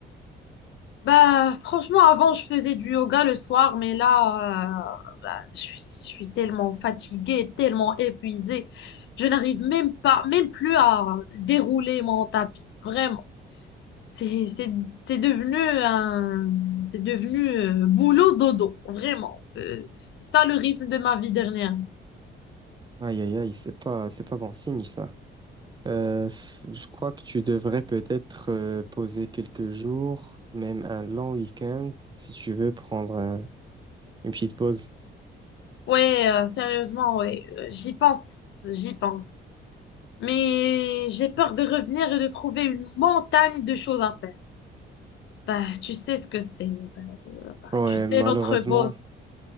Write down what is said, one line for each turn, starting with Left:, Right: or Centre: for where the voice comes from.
Left: Bah, franchement, avant, je faisais du yoga le soir, mais là, euh, bah, je suis, je suis tellement fatiguée, tellement épuisée. Je n'arrive même pas, même plus à dérouler mon tapis. Vraiment. C'est, c'est, c'est devenu un, c'est devenu euh, boulot dodo, vraiment. C'est c'est ça le rythme de ma vie dernière.
Right: Aïe, aïe, aïe, c'est pas, c'est pas bon signe, ça. Euh, je crois que tu devrais peut-être euh, poser quelques jours, même un long week-end, si tu veux prendre un- une petite pause.
Left: Ouais, euh, sérieusement, ouais. Euh, J'y pense, j'y pense. Mais j'ai peur de revenir et de trouver une montagne de choses à faire. Bah, tu sais ce que c'est. Bah, euh, bah,
Right: Ouais,
Left: tu sais
Right: malheureusement,
Left: notre boss.